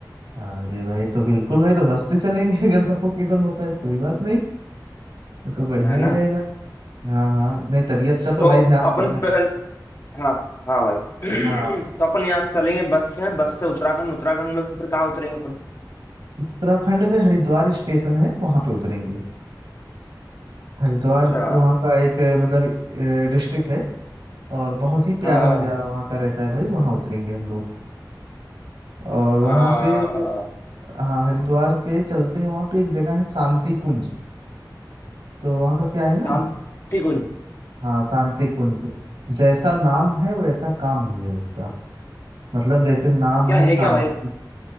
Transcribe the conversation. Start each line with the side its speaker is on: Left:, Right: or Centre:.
Right: अरे भाई तो बिल्कुल भाई तो बस से चलेंगे <laughs> अगर सफोकेशन होता है कोई बात नहीं वो तो बढ़िया
Left: है
Right: ही
Left: ना
Right: रहेगा हाँ हाँ नहीं तबीयत का तो
Left: तो
Right: भाई ध्यान
Left: अपन
Right: देना
Left: पहल
Right: है
Left: हाँ हाँ भाई <clears throat>
Right: हाँ
Left: तो अपन यहाँ से चलेंगे बस में बस से उत्तराखंड उत्तराखंड में फिर कहाँ उतरेंगे अपन
Right: उत्तराखंड में हरिद्वार स्टेशन है वहां पे उतरेंगे हरिद्वार
Left: अच्छा
Right: वहाँ का एक अ, मतलब डिस्ट्रिक्ट है और बहुत ही प्यारा
Left: हाँ हाँ,
Right: नज़ारा वहाँ का रहता है भाई वहाँ उतरेंगे हम लोग और वहाँ
Left: हाँ।
Right: से फिर
Left: अ,
Right: हाँ हरिद्वार से चलते हैं वहाँ पे एक जगह है शांति कुंज तो वहाँ का क्या है ना
Left: शांति कुंज
Right: हाँ शांति कुंज जैसा नाम है वैसा काम भी है उसका मतलब जैसे नाम
Left: क्या
Right: है शांति
Left: है क्या भाई